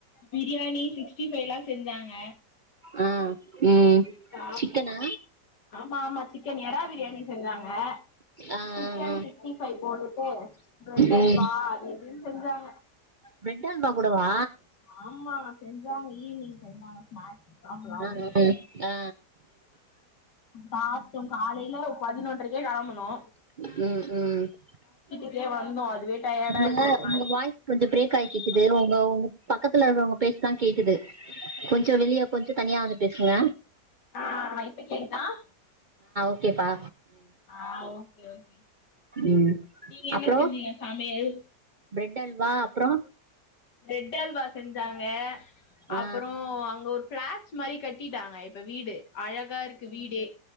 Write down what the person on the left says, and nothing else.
பிரியாணி சிக்ஸ்டி ஃபைவ்லா செஞ்சாங்க
சாப்டோ
ஆமா ஆமா சிக்கன் எறா பிரியாணி செஞ்சாங்க
சிக்கன்
சீக்ஸ்ட்டி ஃபைவ் போட்டுட்டு பிரெட் ஹல்வா
அது இதுன் செஞ்சாங்க
ஆமாங்க செஞ்சாங்க ஈ ஈவினிங் செஞ்சாங்க ஸ்நேக்ஸ் சாப்புல்லா
அப்டினு
பாத்தோ காலேல பதினொன்றைக்கே கெளம்பணோ
இப்டியே வந்தோ அதுவே டயர்டா
இருக்கு ஒரு மாரி
ஆ இப்ப கேக்குதா
ஆ ஓகே-ஓகே
நீங்க என்ன
செஞ்சீங்க சமயல்
பிரெட் அல்வா செஞ்சாங்க
அப்றோ அங்க ஒரு பிளாட்ஸ் மாரி கட்டிட்டாங்க இப்ப வீடு அழகா இருக்கு வீடு